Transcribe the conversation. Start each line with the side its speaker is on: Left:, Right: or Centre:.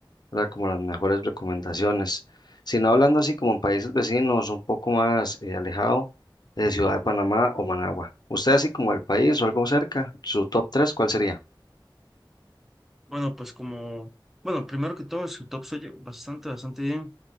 Left: ¿verdad? Como las mejores recomendaciones. Si no hablando así como en países vecinos, un poco más eh, alejado de Ciudad de Panamá o Managua. Usted así como el país o algo cerca, su top tres ¿cuál sería?
Centre: Bueno, pues como, bueno, primero que todo, su top se oye bastante, bastante bien.